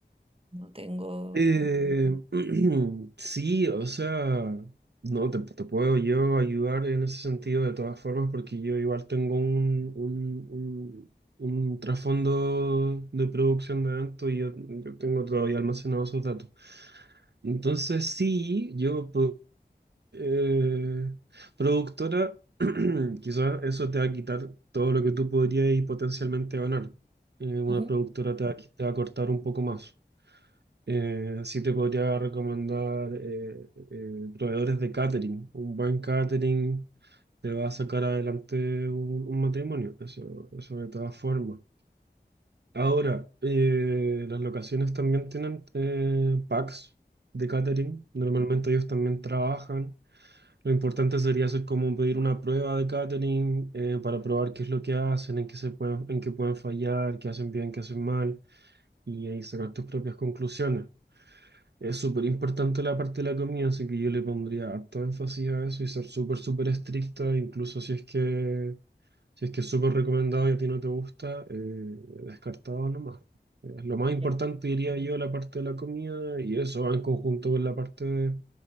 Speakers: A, on the right; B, on the right.
A: no tengo.
B: Eh, <clears throat> sí, o sea, no, te, te puedo yo ayudar en ese sentido de todas formas porque yo igual tengo un, un, un- un trasfondo de producción de eventos y yo, yo tengo todavía almacenados esos datos. Entonces sí, yo, po- eh, productora, <clears throat> quizás eso te va a quitar todo lo que tú podrías potencialmente ganar. Eh, una
A: Ujú,
B: productora te va, a qui- te va a cortar un poco más. Eh, sí te podría recomendar eh, eh, proveedores de catering. Un buen catering te va a sacar adelante un, un matrimonio, eso, eso de todas formas. Ahora, eh, las locaciones también tienen eh, packs de catering. Normalmente ellos también trabajan. Lo importante sería hacer como pedir una prueba de catering eh, para probar qué es lo que hacen, en qué se pueden, en qué pueden fallar, qué hacen bien, qué hacen mal, y ahí sacar tus propias conclusiones. Es súper importante la parte de la comida, así que yo le pondría harto énfasis a eso y ser súper, súper estricta, incluso si es que, si es que es súper recomendado y a ti no te gusta, eh, descartado nomás. Eh, lo más importante
A: Ya.
B: diría yo la parte de la comida y eso va en conjunto con la parte de-